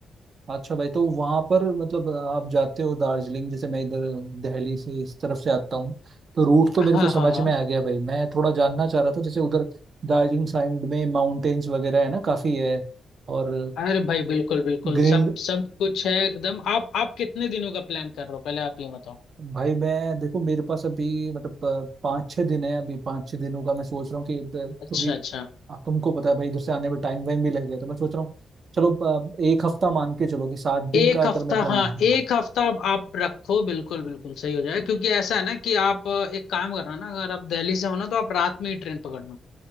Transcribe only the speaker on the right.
अच्छा भाई तो वहां पर मतलब आप जाते हो दार्जिलिंग जैसे मैं इधर दिल्ली से इस तरफ से आता हूँ तो रूट तो
मेरे को समझ
में आ गया भाई मैं थोड़ा जानना चाह रहा था जैसे उधर दार्जिलिंग साइड में माउंटेन्स वगैरह है ना काफी है और
ग्रीन
भाई मैं देखो मेरे पास अभी मतलब प- पाँच छः दिन है अभी पाँच छः दिनों का मैं सोच रहा हूँ कि ब-
क्योंकि
आप- तुमको पता है भाई इधर से आने में टाइम वाइम भी लगेगा तो मैं सोच रहा हूँ चलो प- एक हफ्ता मान के चलो कि सात दिन
का अगर
मैं प्लान
हाँ,
हाँ,